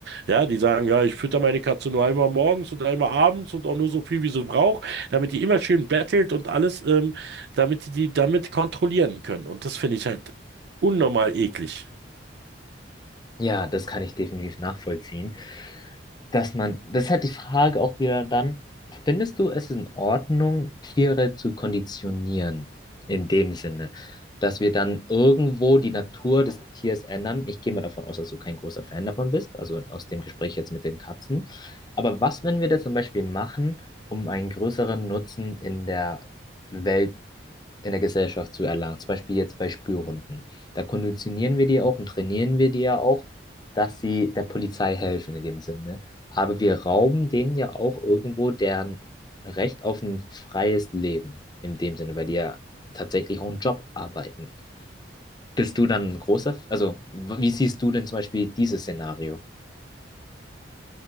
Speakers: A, on the right; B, on the left.
A: Ja, die sagen, ja, ich fütter meine Katze nur einmal morgens und einmal abends und auch nur so viel, wie sie braucht, damit die immer schön bettelt und alles, ähm, damit die die damit kontrollieren können. Und das finde ich halt unnormal eklig.
B: Ja, das kann ich definitiv nachvollziehen. Dass man, das ist halt die Frage auch wieder dann, findest du, es ist in Ordnung, Tiere zu konditionieren? In dem Sinne, dass wir dann irgendwo die Natur des Tiers ändern. Ich gehe mal davon aus, dass du kein großer Fan davon bist, also aus dem Gespräch jetzt mit den Katzen. Aber was, wenn wir das zum Beispiel machen, um einen größeren Nutzen in der Welt in der Gesellschaft zu erlangen. Zum Beispiel jetzt bei Spürhunden. Da konditionieren wir die ja auch und trainieren wir die ja auch, dass sie der Polizei helfen in dem Sinne. Aber wir rauben denen ja auch irgendwo deren Recht auf ein freies Leben in dem Sinne, weil die ja tatsächlich auch einen Job arbeiten. Bist du dann ein großer, F- also w- wie siehst du denn zum Beispiel dieses Szenario?